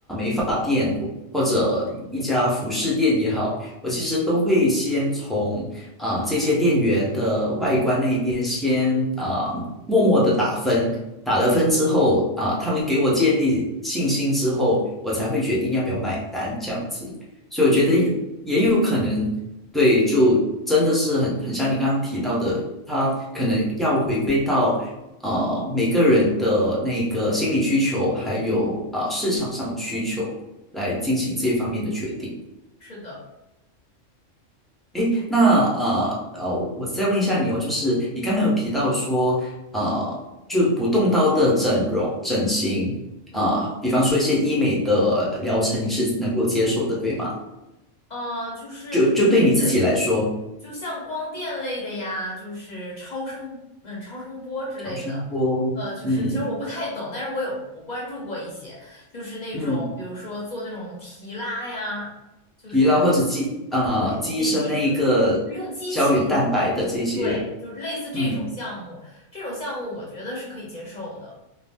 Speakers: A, in the centre; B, on the left.
A: 发店或或者一家服饰店也好，我其实都会先从啊、这些店员的外观那一边先啊、默默的打分，打了分之后啊、他们给我建立信心之后，我才会决定要不要买单这样子。所以我觉得也也有可能，
B: 嗯，
A: 对，就真的是很很像你刚刚提到的，他可能要回归到呃每个人的那个心理需求，还有啊、市场上的需求。来进行这方面的决定。
B: 是的，
A: 诶，那呃呃，我再问一下你哦，就是你刚刚有提到说，呃，就不动刀的整容、整形，
B: 嗯，
A: 啊、
B: 嗯
A: 比方说一些医美的疗程，你是能够接受的，对吗？
B: 呃，就是比如说，
A: 就就对你自己来说，
B: 对，就像光电类的呀，就是超声，嗯，超声波之类的，
A: 超声波，
B: 呃，就是其实我不太懂，
A: 嗯
B: 但是我有我关注过一些，就是那种比如说做那种提拉呀，
A: 嗯，
B: 就是
A: 疲劳或者肌呃肌医生那一个胶原蛋白的这些，
B: 对紧致，就是就用机器，就是对，就是类似这种项目，
A: 嗯
B: 这种项目我觉得是可以接受的。